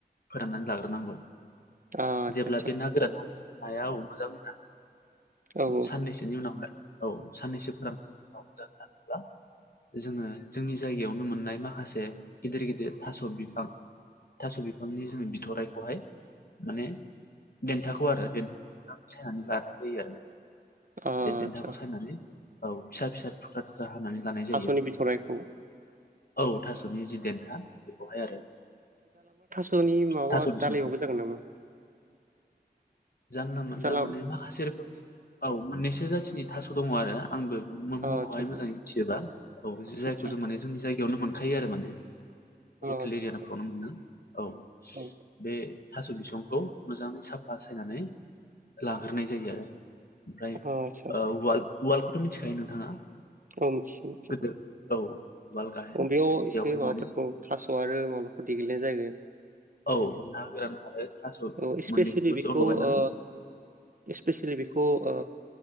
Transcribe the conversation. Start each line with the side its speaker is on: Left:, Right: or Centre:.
Left: फोराननानै लाग्रोनांगौ
Right: आदसा
Left: जेब्ला
Right: आदसा
Left: बे ना गोराना नाया औ मोजां ना?
Right: औ
Left: साननैसोनि उनावहाय औ साननैसो फोरामनायनि उनाव मोजाङै रानोब्ला जोङो जोंनि जायगायावनो मोननाय माखासे गिदिर गिदिर थास' बिफां थास' बिफांनि जोङो बिथराइखौहाय माने देन्थाखौ आरो देन्थाखौ मोजां सायनानै लानाय जायो आरो
Right: आदसा
Left: बे देन्थाखौ सायनानै औ फिसा फिसा थुख्रा थुख्रा हानानै लानाय
Right: थास'नि
Left: जायो
Right: बिथरायखौ
Left: औ थास'नि जि देेन्था बेखौहाय आरो
Right: सनि माबा
Left: थास'नि
Right: <unintelligible> होजागोन नामा?
Left: जानला मोनला
Right: जाला
Left: माने माखासे रोखोमनि औ मोननैसो जाथिनि थास' दङ आरो आंबो
Right: आदसा
Left: मुंखौहाय मोजाङै मिथिजोबा औ
Right: आदसा
Left: जायखौ
Right: आदसा
Left: जों माने जोंनि जायगायावनो मोनखायो आरो माने लकेल
Right: आदसा
Left: एरियाफ्रावनो
Right: आदसा
Left: मोनो औ <inaudible>
Right: औ
Left: बे थास' बिसंखौ मोजाङै साफा सायनानै लाग्रोनाय जायो आरो <inaudible> ओमफ्राय
Right: आदसा
Left: ओ उवाल उवालखौथ' मिनथिखायो नोंथाङा?
Right: औ मिथियो मिथियो
Left: गोदो औ उवाल गाहेन
Right: ओ बेयाव एसे
Left: बेवहाय
Right: माबाफोरखौ
Left: माने
Right: थास' आरो माबाफोर देग्लिनाय जायगोन
Left: औ ना गोरान आरो थास'
Right: औ इस्पेसियेलि
Left: मोननैखौबो
Right: बेखौ
Left: ज' लगायनानै
Right: ओ इस्पेसियेलि बेखौ ओ